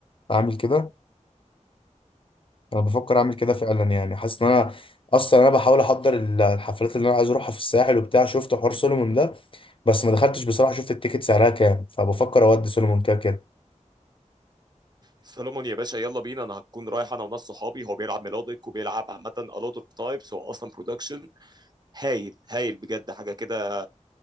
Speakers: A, on the left; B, on the right.
A: اعمل كده انا بفكر اعمل كده فعلا يعني حاسس ان انا اصلا انا بحاول احضر ال- الحفلات اللي انا عايز اروحها في الساحل وبتاع شفت حوار سولومون ده بس ما دخلتش بصراحه شفت التيكت سعرها كام فبفكر اودي سولومون كده كده
B: سولومون يا باشا يلا بينا انا هكون رايح انا وناس صحابي هو بيلعب ميلوديك وبيلعب عامة a lot of types هو اصلا برودكشن هايل هايل بجد حاجة كده